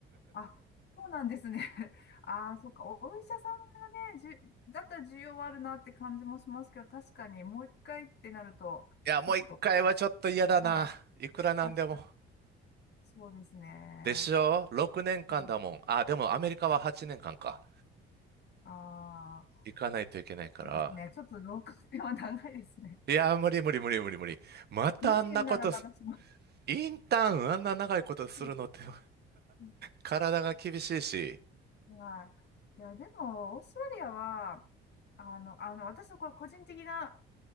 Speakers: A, on the left (about 55°); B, on the right (about 50°).
A: あ、そうなんですね。<laughs> ああ、そっか。お医者さんがね、じゅ、だったら需要はあるなって感じもしますけど、確かにもう一回ってなると、
B: いや、
A: ちょっと、
B: もう一回はちょっと嫌だな。
A: はい。
B: いくらなんでも。
A: 確かに、そうですね。
B: でしょ ?6 年間だもん。
A: うん、
B: あ、でもアメリカは8年間かんか。
A: ああ、
B: 行かないといけないから。
A: そうですね。ちょっと6年は長いですね。
B: いや、無理無理無理無理無理。またあんなこと
A: 2年ならまだします。
B: インターンあんな長いことするのって
A: うん
B: <laughs>
A: うん
B: 体が厳しいし。
A: はい。いや、でも、オーストラリアは、あの、あの、私のこれ個人的な、